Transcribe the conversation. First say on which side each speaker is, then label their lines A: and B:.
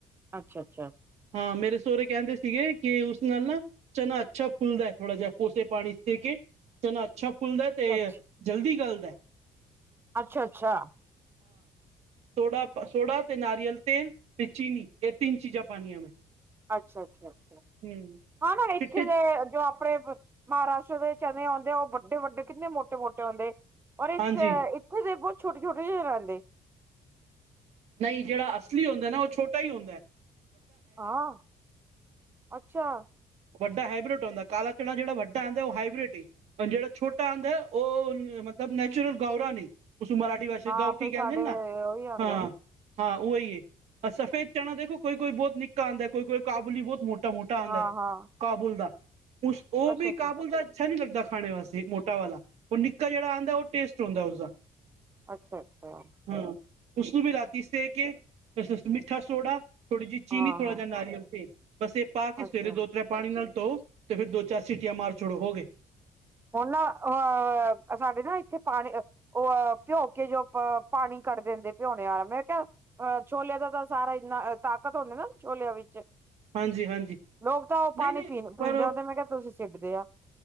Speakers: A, on the right; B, on the right.
A: ਅੱਛਾ- ਅੱਛਾ।
B: ਹਾਂ ਮੇਰੇ ਸੋਹੁਰੇ ਕਹਿੰਦੇ ਸੀਗੇ ਕਿ ਉਸ ਨਾਲ ਨਾ- ਚਨਾ ਅੱਛਾ ਫੁਲਦਾ ਥੋੜਾ ਜਿਹਾ ਕੋਸੇ ਪਾਣੀ ਦੇ ਕੇ ਚਨਾ ਅੱਛਾ ਫੁਲਦਾ ਤੇ।
A: ਅੱਛਾ,
B: ਜਲਦੀ ਗੱਲਦ ਏ।
A: ਅੱਛਾ-ਅੱਛਾ। ਚੰਗਾ ਜੀ।
B: ਸੋਡਾ-ਸੋਡਾ ਤੇ ਨਾਰੀਅਲ ਤੇਲ ਤੇ ਚੀਨੀ ਇਹ ਤਿੰਨ ਚੀਜ਼ਾਂ ਪਾਣੀਆਂ ਮੈਂ।
A: ਅੱਛਾ-ਅੱਛਾ, ਅੱਛਾ
B: ਹੂੰ
A: ਹਾਂ ਨਾ ਇੱਥੇ
B: ਚਿੱਟੇ
A: ਵੇ ਜੋ ਆਪਣੇ। ਮਹਾਰਾਸ਼ਟਰ ਦੇ ਚਨੇ ਆਉਂਦੇ ਆ ਔਹ ਵੱਡੇ- ਵੱਡੇ ਕਿੰਨੇ ਮੋਟੇ- ਮੋਟੇ ਹੁੰਦੇ। ਔਰ ਏਥੇ
B: ਹਾਂਜੀ
A: ਚਨੇ ਬੋਤ ਛੋਟੇ- ਛੋਟੇ ਜਹੇ ਰਹਿੰਦੇ।
B: ਨਹੀਂ ਜੇਹੜਾ ਅਸਲੀ ਹੁੰਦਾ ਨਾ ਓਹ ਛੋਟਾ ਹੀ ਹੁੰਦਾ ਐ।
A: ਹਾਂ, ਅੱਛਾ।
B: ਵੱਡਾ ਹਾਈਬ੍ਰੇਡ ਹੁੰਦਾ, ਕਾਲਾ ਚਣਾ ਜੇਹੜਾ ਵੱਡਾ ਆਂਦਾ ਔਹ ਹਾਈਬੇ੍ਡ ਈ। ਹਾ ਜੇੜਾ ਛੋਟਾ ਆਂਦਾ ਏ ਔਹ ਮਤਲਬ ਨੈਚੁਰਲ ਗੳਰਾ ਨੀ, ਉਸ ਮਾਹਰਾਸ਼ਟ। ਦੀ ਭਾਸ਼ਾ
A: ਹਾਂ
B: ਚ ਗਾਊਠੀ
A: ਫਿਰ
B: ਕਹਿੰਦੇ
A: ਸਾਡੇ
B: ਨਾ,
A: ਉਹੀ ਆਉਂਦੇ
B: ਹਾਂ। ਹਾਂ ਔਹੀ ਏ ਸਫੇਦ ਚਨਾ ਦੇਖੋ ਕੋਈ- ਕੋਈ ਬੋਤ ਨਿੱਕਾ ਆਂਦਾ ਕੋਈ- ਕੋਈ ਕਾਬੂਲੀ ਬੋਤ ਮੋਟ- ਟਾ- ਮੋਟਾ ਆਂਦਾ
A: ਹਾਂ
B: ਐ।
A: ਹਾਂ
B: ਕਾਬੁਲ ਦਾ, ਉਸ ਔਹ
A: ਅੱਛਾ
B: ਵੀ
A: ਅੱਛਾ
B: ਕਾਬੁਲ ਦਾ ਅੱਛਾ ਨਈ ਲੱਗਦਾ ਖਾਨੇ ਵਾਸਤੇ ਮੋਟਾ ਵਾਲਾ। ਔਹ ਨਿੱਕਾ ਜੇਹੜਾ ਆਂਦਾ ਔਹ ਟੇਸਟ ਹੋਂਦਾ ਉਸਦਾ।
A: ਅੱਛਾ-ਅੱਛਾ।
B: ਹਾਂ ਉਸਨੂੰ ਵੀ ਰਾਤੀ ਸੇ ਕੇ ਉਸ ਚ ਮਿੱਠਾ ਸੋਡਾ। ਥੋੜੀ ਜਿਹੀ ਚੀਨੀ
A: ਹਾਂ ਹਾਂ
B: ਥੋੜਾ ਜੇਹਾ ਨਾਰੀਅਲ ਤੇਲ ਬਸ ਇਹ ਪਾ ਕੇ
A: ਅੱਛਾ
B: ਸਵੇਰੇ ਦੋ। ਤ੍ਰੈ ਪਾਣੀ ਨਾਲ ਧੋ ਤੇ ਫੇਰ ਦੋ ਚਾਰ ਸੀਟੀਆਂ ਮਾਰ ਛੋੜੋ, ਹੋ ਗਏ।
A: ਹੁਨ ਨਾ ਅ ਸਾਡੇ ਨਾ ਏਥੇ ਪਾਣੀ ਔ ਭਿਓ ਕੇ ਜੋ ਪਰ ਪਾਣੀ ਕੱਢ ਦੇਂਦੇ ਭਓਣੇ ਆਲਾ ਮੈਂ ਕੇਆ ਅ ਛੋਲੇਆਂ ਦਾ ਤਾਂ ਸਾਰਾ ਇੰਨਾ ਤਾਕਤ ਹੁੰਦਾ ਨਾ ਛੋਲੇਆਂ ਵਿੱਚ।
B: ਹਾਂਜੀ ਹਾਂਜੀ
A: ਲੋਕ ਤਾਂ ਓ
B: ਨਹੀਂ
A: ਪਾਨੀ
B: ਨਹੀਂ
A: ਪੀਂ
B: ਪਰ
A: ਪੀਂਦੇ
B: ਉਹ
A: ਆ ਮੈਂ ਕੇਆ ਤੁਸੀ ਸਿਟੱਦੇ ਆ।